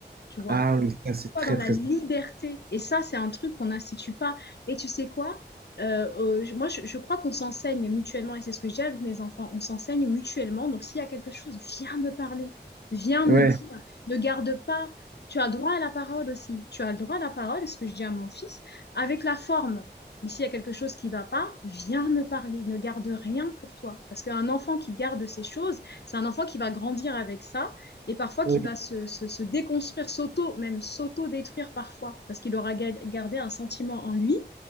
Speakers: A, on the left (about 70°); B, on the right (about 60°).
A: tu vois,
B: Ah oui,
A: qui
B: ça c'est
A: soient
B: très
A: dans la
B: très...
A: liberté. Et ça, c'est un truc qu'on n'institue pas. Et tu sais quoi? Euh, euh, je- moi, je, je crois qu'on s'enseigne mutuellement, et c'est ce que j'ai avec mes enfants, on s'enseigne mutuellement. Donc, s'il y a quelque chose, viens me parler, viens
B: Ouais.
A: me dire, ne garde pas. Tu as droit à la parole aussi. Tu as le droit à la parole, c'est ce que je dis à mon fils, avec la forme. Mais s'il y a quelque chose qui ne va pas, viens me parler, ne garde rien pour toi. Parce qu'un enfant qui garde ces choses, c'est un enfant qui va grandir avec ça et parfois
B: Ouais.
A: qui va se, se, se déconstruire, s'auto, même s'auto-détruire parfois, parce qu'il aura ga- gardé un sentiment en lui